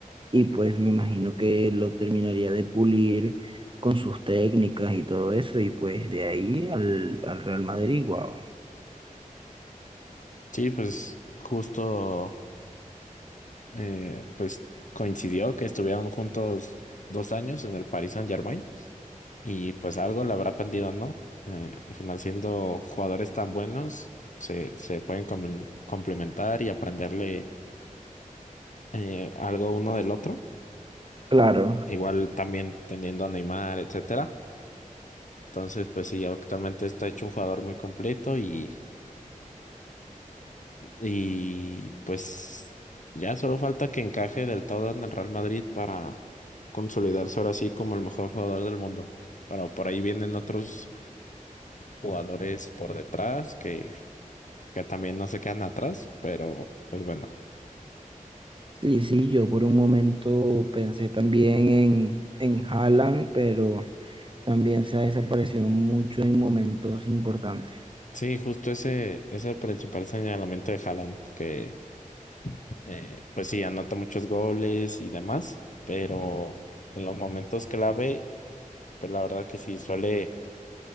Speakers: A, on the right; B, on the left.
A: y pues me imagino que lo terminaría de pulir con sus técnicas y todo eso, y pues de ahí al, al Real Madrid, wow.
B: Sí, pues justo. eh, pues coincidió que estuvieron juntos dos años en el Paris Saint-Germain y pues algo le habrá aprendido, ¿no? Eh, al final siendo jugadores tan buenos, se, se pueden comen- complementar y aprenderle eh, algo uno del otro.
A: Claro.
B: Igual también teniendo a Neymar, etcétera. Entonces, pues sí, actualmente está hecho un jugador muy completo y Y pues ya solo falta que encaje del todo en el Real Madrid para consolidarse ahora sí como el mejor jugador del mundo. Pero por ahí vienen otros jugadores por detrás que, que también no se quedan atrás, pero pues bueno.
A: Sí, sí, yo por un momento pensé también en, en Haaland, pero también se ha desaparecido mucho en momentos importantes.
B: Sí, justo ese es el principal señalamiento de Haaland, que eh, pues sí, anota muchos goles y demás, pero en los momentos clave, pues la verdad que sí, suele